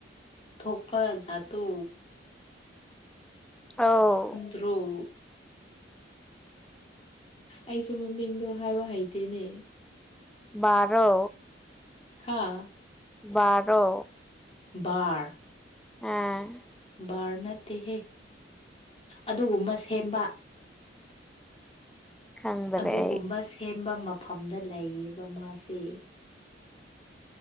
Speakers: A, on the left; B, in the centre.
A: ꯊꯣꯛꯄ ꯖꯥꯠꯇꯣ
B: ꯑꯥꯎ
A: ꯇ꯭ꯔꯣ ꯑꯩꯁꯨ ꯃꯃꯤꯡꯗꯣ ꯍꯥꯏꯕ ꯍꯩꯇꯦꯅꯦ
B: ꯃꯥꯔꯣ
A: ꯍꯥꯥ
B: ꯕꯥꯔꯣ
A: ꯕꯥꯔ
B: ꯎꯝ
A: ꯕꯥꯔ ꯅꯠꯇꯦꯍꯦ ꯑꯗꯨꯒꯨꯝꯕ ꯁꯦꯝꯕ
B: ꯈꯪꯗ꯭ꯔꯦ
A: ꯑꯗꯨꯒꯨꯝꯕ
B: ꯑꯩ
A: ꯁꯦꯝꯕ ꯃꯐꯝꯗ ꯂꯩꯌꯦꯕ ꯃꯥꯁꯤ